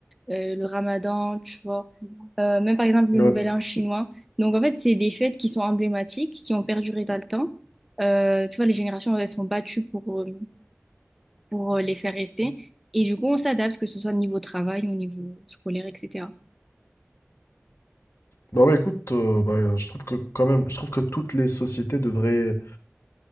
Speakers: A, in the centre; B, on the left.
A: euh, le Ramadan, tu vois. Euh, même par exemple, le
B: Ouais.
A: Nouvel An chinois. Donc, en fait, c'est des fêtes qui sont emblématiques, qui ont perduré dans le temps. Euh, tu vois, les générations, elles sont battues pour, euh, pour euh, les faire rester. Et du coup, on s'adapte, que ce soit au niveau travail, au niveau scolaire, etc.
B: Bah ouais, écoute, euh, bah, euh, je trouve que quand même, je trouve que toutes les sociétés devraient,